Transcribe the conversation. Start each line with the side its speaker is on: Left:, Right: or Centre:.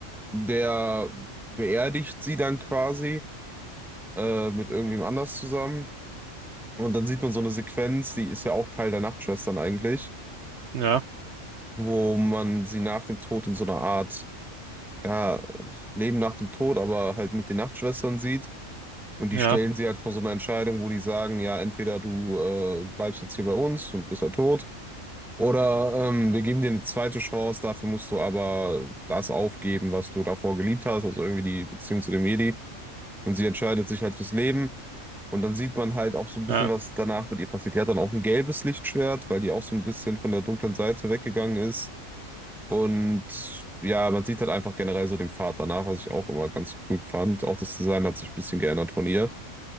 Centre: der beerdigt sie dann quasi äh, mit irgendwem anders zusammen. Und dann sieht man so eine Sequenz, die ist ja auch Teil der Nachtschwestern eigentlich,
Right: ja,
Centre: wo man sie nach dem Tod in so einer Art ja, Leben nach dem Tod, aber halt mit den Nachtschwestern sieht. Und die
Right: ja.
Centre: stellen sie halt vor so eine Entscheidung, wo die sagen, ja, entweder du äh, bleibst jetzt hier bei uns und bist halt tot, oder ähm, wir geben dir eine zweite Chance, dafür musst du aber das aufgeben, was du davor geliebt hast, also irgendwie die Beziehung zu dem Jedi. Und sie entscheidet sich halt fürs Leben. Und dann sieht man halt auch so ein bisschen,
Right: Ja,
Centre: was danach mit ihr passiert. Die hat dann auch ein gelbes Lichtschwert, weil die auch so ein bisschen von der dunklen Seite weggegangen ist. Und ja, man sieht halt einfach generell so den Pfad danach, was ich auch immer ganz cool fand. Auch das Design hat sich ein bisschen geändert von ihr.